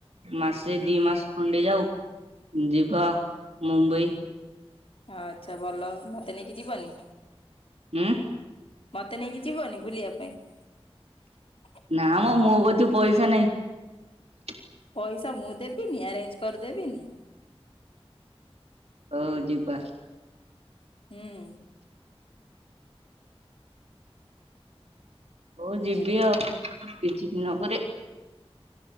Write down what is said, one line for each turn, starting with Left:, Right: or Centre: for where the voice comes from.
Right: ମାସେ ଦି ମାସ ଖଣ୍ଡେ ଯାଉ। ଯିବା ମୁମ୍ବାଇ।
Left: ହ ଆଚ୍ଛା ଭଲ ମତେ ନେଇକି ଯିବନି?
Right: ହମ୍ଁ।
Left: ମତେ ନେଇକି ଯିବନି ବୁଲିବା ପାଇଁ।
Right: ନା ମ ମୋ କତି ପଇସା ନାହିଁ।
Left: ପଇସା ମୁଁ ଦେବିନି ଆରେଞ୍ଜ କରି ଦେବିନି।
Right: ହଉ ଯିବା।
Left: ହୁଁ।
Right: ହଉ ଯିବି ଆଉ କିଛି ଦିନ ପରେ